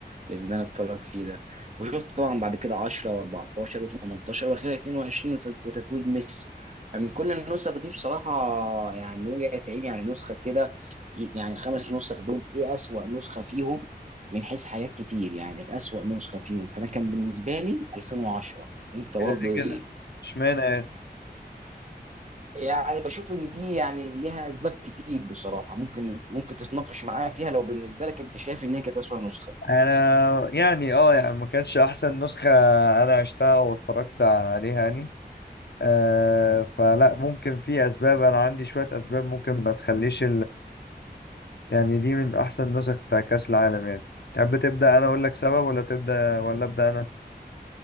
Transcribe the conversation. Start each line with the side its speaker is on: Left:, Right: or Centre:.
Right: اللي زيدان اتطرد فيه ده وشفت طبعا بعد كده 10 و14 و18 واخيرا 22 وت- وتتويج ميسي فمن كل النسخ دي بصراحه يعني وجعت عيني على نسخه كده يعني الخمس نسخ دول ايه اسوأ نسخه فيهم من حيث حاجات كتير يعني الاسوأ نسخه فيهم فانا كان بالنسبه لي 2010 انت برضه
Left: كده ليه
Right: ايه
Left: كده اشمعنى يعني؟
Right: يعني بشوف ان دي يعني ليها اسباب كتير بصراحه ممكن ممكن تتناقش معايا فيها لو بالنسبه لك انت شايف ان هي كانت اسوء نسخه
Left: انا يعني اه يعني ما كانش احسن نسخة انا عشتها واتفرجت عليها يعني آه فلا ممكن في اسباب انا عندي شوية اسباب ممكن ما تخليش يعني دي من احسن النسخ بتاع كاس العالم يعني تحب تبدا انا اقول لك سبب ولا تبدا ولا ابدا انا